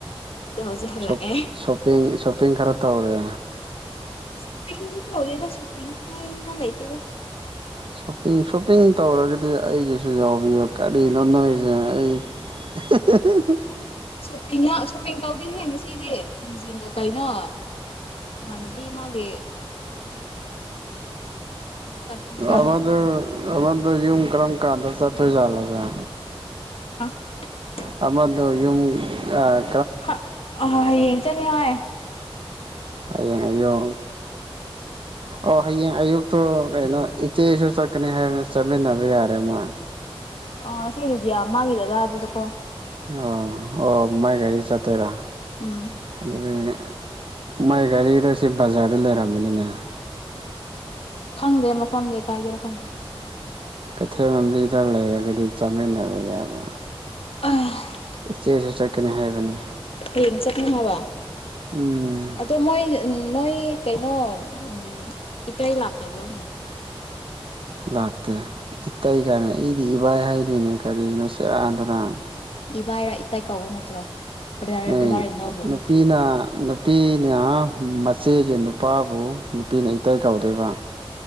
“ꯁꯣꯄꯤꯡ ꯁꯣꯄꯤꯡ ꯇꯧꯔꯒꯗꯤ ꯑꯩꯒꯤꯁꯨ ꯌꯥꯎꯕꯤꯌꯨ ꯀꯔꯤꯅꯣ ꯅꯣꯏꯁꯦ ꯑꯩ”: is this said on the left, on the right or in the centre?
Right